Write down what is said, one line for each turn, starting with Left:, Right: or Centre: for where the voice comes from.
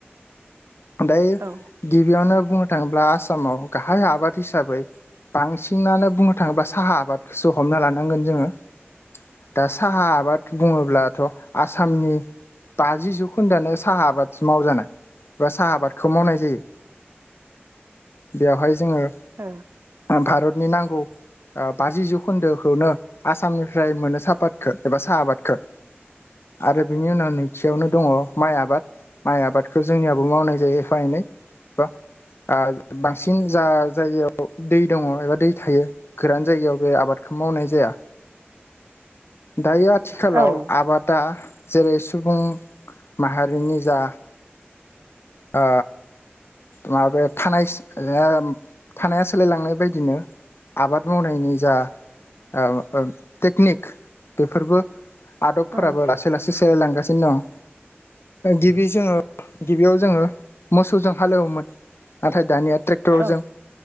Left: ओमफाय
Right: औ
Left: गिबियावनो बुंनो थाङोब्ला आसामाव गाहाय आबाद हिसाबै बांसिनानो बुंनो थाङोब्ला साहा आबादखोसो हमना लानांगोन जोङो। दा साहा आबाद बुङोब्लाथ' आसामनि बाजि जौखोन्दोआानो साहा आबाद मावजानाय। बा साहा आबादखौ मावनाय जायो बेवहाय जोङो
Right: औ
Left: भारतनि नांगौ ओ बाजि जौखोन्दोखौनो आसामनिफ्राय मोनो सापादखो एबा साहा आबादखो। आरो बिनि उनाव नैथियावनो दङ माइ आबाद माइ आबाद खो जोंनियाबो मावनाय जायो एफा एनै बा ओ बांसिन जा जायगायाव दै दङ एबा दै थायो। गोरान जायगायाव बे आबादखौ मावनाय जाया। दायो आथिखालाव
Right: औ ओ
Left: आबादा जेरै सुबुं माहारिनि जा ओ माबाया थानायस ओ थानाया सोलायलांनाय बायदिनो आबाद मावनायनि जा ओ टेकनिक। बेफोरबो आदबफोराबो
Right: औ
Left: लासै लासै सोलायलांगासिनो दं। गिबि जोङो गिबियाव जोङो मोसौजों हालौवोमोन। नाथाय दानिया ट्रेक्टरजों।
Right: औ